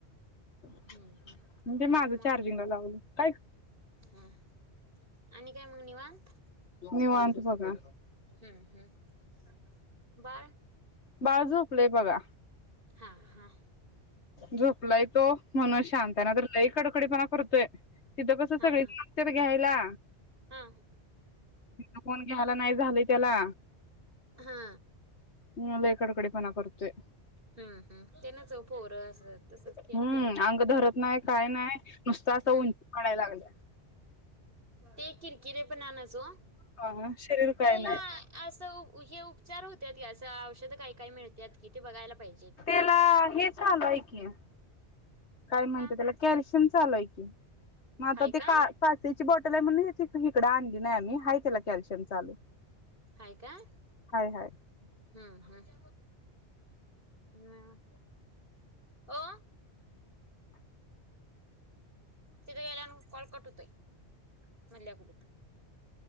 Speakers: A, on the left (about 75°); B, on the right (about 55°).
A: म्हणजे
B: हम्म हम्म
A: माझं
B: मग
A: चार्जिंगला लावलं. काय
B: ह आणि काय मग निवांत
A: निवत बघा.
B: हम्म हम्म ब
A: बाळ झोपलंय बघा.
B: हा हा.
A: झोपलाय तो म्हणून शांत
B: हा
A: आहे ना तर लई कडकडीपणा करतोय. सिधं कस
B: हा
A: सगळ
B: हा
A: सक्चर घ्यायला
B: हा
A: ति कोण घ्यायला नाही झालं. केला.
B: हा.
A: म ल कडकडे पणा करते.
B: हम् हम् त्यांना च पोरं असत.
A: हम्म
B: ्या
A: अंग धरत नाही काय नाही नुसता असं
B: हम्म.
A: उंची वाढायला लागल्या
B: ते किरकिरे पण आणचो
A: ह शरीर काय
B: त्याला
A: नाही
B: असं हे उपचार होतात की असं औषधं काही काही मिळतात की ते बघायला पाहिजे.
A: त्याला हे चालूय की काय म्हणत
B: का
A: त्याला कॅल्शियम चालूय की मग आता
B: हाय
A: ते
B: का
A: काय? पासेची बॉटल आहे म्हणून हिकडं आणली नाही आम्ही हय त्याला कॅल्शियम चालू.
B: आहेाय का हम्म
A: हाय हाय
B: हम्. हम् हो. तिथे वेलान कळकट होतोय. मल्यापुलीत